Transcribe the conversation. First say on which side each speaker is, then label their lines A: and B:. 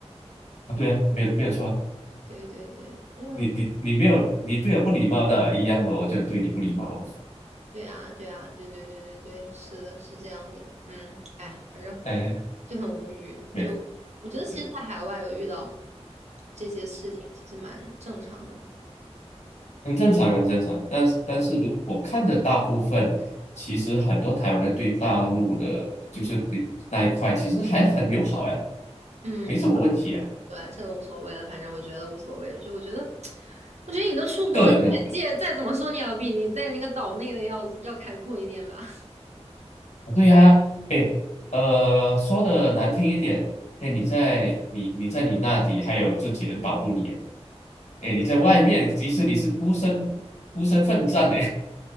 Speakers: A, on the left; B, on the right.
A: 啊对啊，没有没有错啊，
B: 对对对，反正
A: 你你你没有，你对我不礼貌的一样的，我就对你不礼貌了。
B: 对啊，对啊，对对对对对，是的，是这样的。嗯，哎，反正。
A: 哎，
B: 就很无语。
A: 没有，
B: 就我觉得，其实，
A: 对，
B: 在海外有遇到这些事情，其实蛮正常的。
A: <laughs> 很正常，很正常。但是但是如果看着大部分，其实很多台湾人对大陆的，就是对那一块，其实还很友好呀，
B: 嗯，
A: 没什么问题啊，
B: 这个对，这个无所谓了，反正我觉得无所谓。就我觉得，我觉得你都出国了，
A: 个人认为。
B: 你眼界再怎么说，你要比你在那个岛内的要要开阔一点吧。<laughs>
A: 对呀，哎，呃，说的难听一点，哎，你在你你在你那里还有自己人保护你，哎，你在外面，即使你是孤身孤身奋战呢，